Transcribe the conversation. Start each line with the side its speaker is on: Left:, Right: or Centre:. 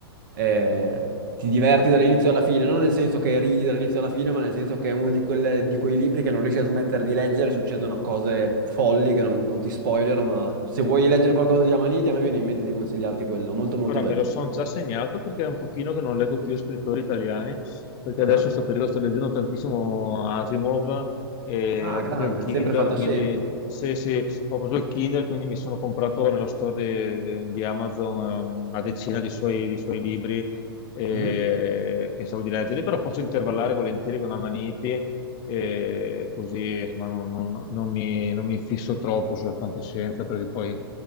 Right: eh, ti diverti dall'inizio alla fine, non nel senso che ridi dall'inizio alla fine, ma nel senso che è uno di, quelle- di quei libri che non riesci a smettere di leggere, succedono cose folli che non, non ti spoilerò, ma se vuoi leggere qualcosa di Amaniti, a me viene in mente di consigliarti quello, molto molto
Left: Ora
Right: bello.
Left: me lo sono già segnato perché è un pochino che non leggo più scrittori italiani, perché
Right: Ah,
Left: adesso in questo periodo sto leggendo tantissimo Asimov e
Right: Ah,
Left: ho
Right: grande,
Left: preso il Kindle,
Right: sempre fantascienza.
Left: quindi... Sì, sì, ho preso il Kindle, quindi mi sono comprato nello store di, di- di Amazon eh, una decina di suoi, di suoi libri eh,
Right: Mhm.
Left: pensavo di leggere, però posso intervallare volentieri con Amaniti, eh, così insomma, non, non- non mi, non mi fisso troppo sulla fantascienza, perché poi